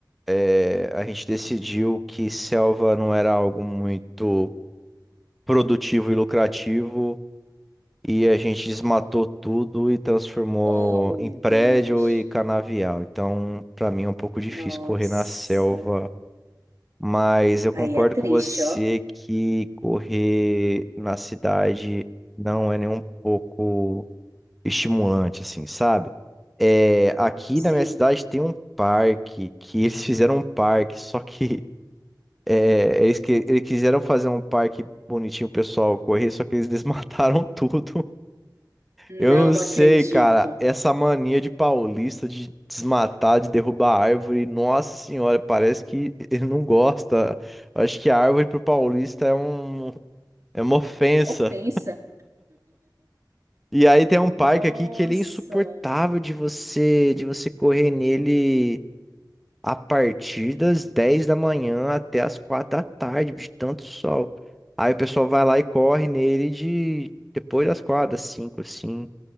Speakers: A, in the centre; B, on the right (about 40°).
A: é, a gente decidiu que selva não era algo muito produtivo e lucrativo e a gente desmatou tudo e transformou
B: Oh, meu
A: em prédio
B: Deus.
A: e canavial. Então, para mim é um pouco difícil
B: Nossa.
A: correr na selva, mas eu
B: Aí
A: concordo
B: é triste,
A: com você
B: ó.
A: que correr na cidade não é nem um pouco estimulante, assim, sabe? É, aqui
B: Sim,
A: na minha cidade tem um parque que eles fizeram um parque, só que <laughs> é, eles, que, eles quiseram fazer um parque bonitinho, o pessoal correr, só que eles desmataram <laughs> tudo. Eu
B: não
A: não sei,
B: acredito.
A: cara, essa mania de paulista de desmatar, de derrubar árvore, nossa senhora, parece que <laughs> ele não gosta. Eu Acho que a árvore pro paulista é um, é uma ofensa.
B: Ofensa.
A: E aí tem um parque
B: Nossa.
A: aqui que ele é insuportável de você, de você correr nele a partir das 10 da manhã até as 4 da tarde, de tanto sol. Aí o pessoal vai lá e corre nele de depois das 4, das 5, assim.